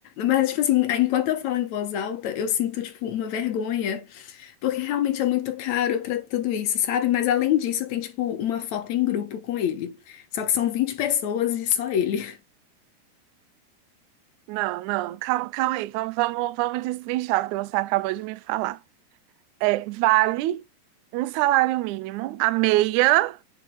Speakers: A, on the left; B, on the right.
A: Mas, tipo assim, enquanto eu falo em voz alta, eu sinto, tipo, uma vergonha. Porque realmente é muito caro pra tudo isso, sabe? Mas além disso, tem tipo uma foto em grupo com ele. Só que são 20 pessoas e só ele.
B: Não, não, calma, calma aí, vamos, vamos, vamos destrinchar o que você acabou de me falar. é, vale um salário mínimo, a meia